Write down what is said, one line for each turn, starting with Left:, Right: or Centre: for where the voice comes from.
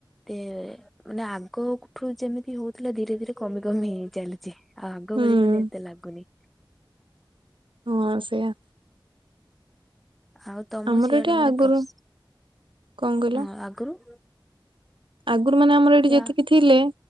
Centre: ଏତେ ମାନେ ଆଗଠୁ ଯେମି ହଉଥିଲା ଧୀରେ ଧୀରେ କମି କମି ହେଇ ଚାଲିଛି, ଆଉ ଆଗ
Right: ହୁଁ
Centre: ଭଳି ମାନେ ଏତେ ଲାଗୁନି।
Right: ହଁ ସେଇଆ।
Centre: ଆଉ ତମ
Right: ଆମର
Centre: ସିଆଡେ
Right: ଏଠି
Centre: ମାନେ
Right: ଆଗରୁ
Centre: ଫସ୍,
Right: କଣ କହିଲ
Centre: ହଁ ଆଗୁରୁ
Right: ଆଗରୁ ମାନେ ଆମର ଏଠି ଯେତିକି
Centre: ହଁ
Right: ଥିଲେ,